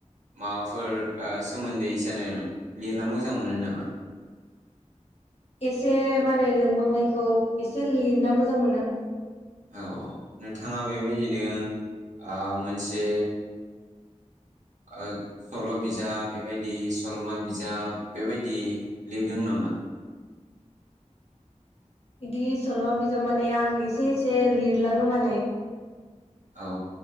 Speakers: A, on the right; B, on the left.
A: माबाफोर ओ सोमोन्दै इसानो लिरना मोजां मोनो नामा ।
B: एसे माने रोंबांनायखौ एसे लिरना मोजां मोनो ।
A: औ नोंथाङा बेबायदिनो आ मोनसे ओ सल' बिजाब बेबायदि सल'मा बिजाब बेबायदि लिरदों नामा?
B: बिदि सल'मा बिजाब माने आं एसे एसे लिरलाङो माने ।
A: औ